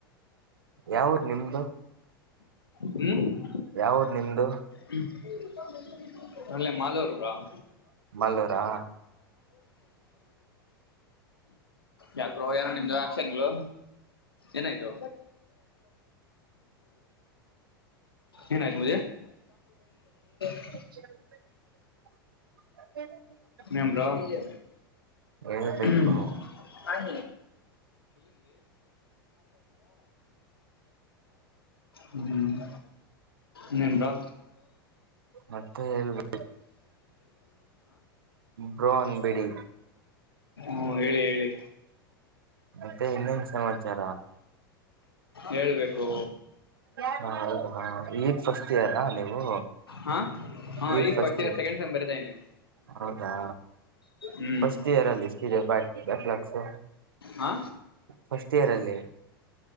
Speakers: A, on the right; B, on the left.
A: ಯಾವ ಊರು ನಿಮ್ದು.
B: ಹ್ಮ್
A: ಯಾವ ಊರು ನಿಮ್ದು.
B: ಹ್ಮ ಅಲ್ಲೆ ಮಾಲೂರು. <inaudible>
A: ಮಲ್ಲೂರಾ
B: ಯಾಕೋ ಬ್ರೋ ಏನೋ ನಿಮ್ದು ಆಕ್ಷನ್ಗಳು ಏನಾಯ್ತು. ಏನಾಯ್ತ <unintelligible>
A: <inaudible> ಹ್ಮ್
B: ಏನ್ ಬ್ರೊ. ಎಲ್ಲಿ
A: ಹೇಳ್ಬೇಕು
B: <unintelligible> ಹ್ಮ್. ಇನೇನು ಬ್ರೋ.
A: ಮತ್ತೆ ಹೇಳ್ಬೇಕು ಬ್ರೋ ಅನ್ಬೇಡಿ.
B: ಹು ಹೇಳಿ ಹೇಳಿ.
A: ಮತ್ತೆ ಇನ್ನೇನ್ ಸಮಾಚಾರ.
B: ಹೇಳ್ಬೇಕು
A: <unintelligible> ಫಸ್ಟ್ ಇಯರಾ ನೀವು
B: ಹಾ ಹಾ
A: ಈಗ ಫಸ್ಟ್ ಇಯರ್.
B: ಸೆಕೆಂಡ್ ಸೆಮ್ ಬರಿತಾ ಇದೀನಿ
A: ಹೌದಾ
B: ಹ್ಮ್
A: ಫಸ್ಟ್ ಇಯರ್ ಅಲ್ಲಿ ಇಷ್ಟದೆ ಬ್ಯಾಕ್ ಬ್ಯಾಕ್ಲಾಕ್ಸ್
B: ಹಾ
A: ಫಸ್ಟ್ ಇಯರ್ ಅಲ್ಲಿ.